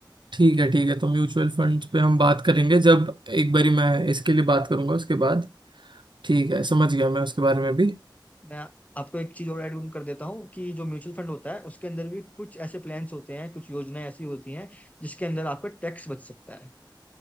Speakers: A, on the right; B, on the left.
A: ठीक है ठीक है तो म्यूचुअल फंड पे हम बात करेंगे जब एक बारी मैं इसके लिए बात करूंगा उसके बाद ठीक है समझ गया मैं उसके बारे में भी
B: मैं आपको एक चीज और ऐड ऑन कर देता हूँ कि जो म्यूचुअल फंड होता है उसके अंदर भी कुछ ऐसे प्लान्स होते हैं कुछ योजनाएं ऐसी होती हैं जिसके अंदर आपका टैक्स बच सकता है